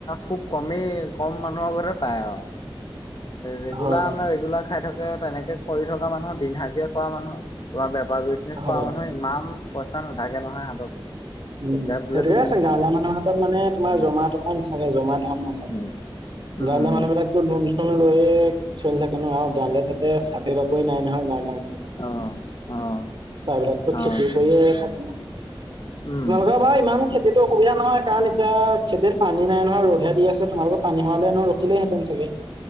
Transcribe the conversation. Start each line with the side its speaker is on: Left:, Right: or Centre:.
Left: খুব কমেই। কম মানুহৰ ঘৰতে পায় আৰু। ৰেগুলাৰ
Right: হয় হয়
Left: মানে ৰেগুলাৰ খাই থাকে, তেনেকে কৰি থকা মানুহ, দিন হাজিৰা কৰা মানুহ, তোমাৰ বে বা বিজনেছ
Right: হয়।
Left: কৰা মানুহে ইমান পইচা নাথাকে নহয় হাতত।
Right: উম,
Left: এতিয়া বোলে
Right: সেইটোৱে
Left: তুমি
Right: চাগে গাঁৱলীয়া মানুহৰ পৰা মানে তোমাৰ
Left: উম
Right: জমা টকা নাথাকে জমা ধন নাথাকে।
Left: উম উম
Right: গাঁৱলীয়া মানুহবিলাকতো লনচন লৈয়ে চলি থাকে ন' আৰু গাঁৱলীয়া তাতে চাকৰি-বাকৰি নাই নহয়, গাঁৱলীয়া মা
Left: অ' - অ'।
Right: ত বিলাকতো
Left: অ
Right: খেতি কৰিয়ে থাকে ন'।
Left: উম
Right: তোমালোকৰ বাৰু ইমান খেতিতো অসুবিধা নহয়। কাৰণ এতিয়া খেতিত পানী নাই নহয়, ৰ'দহে দি আছে। তোমালোকৰ পানী হোৱালে এনেও ৰখিলেহেঁতেন চাগে।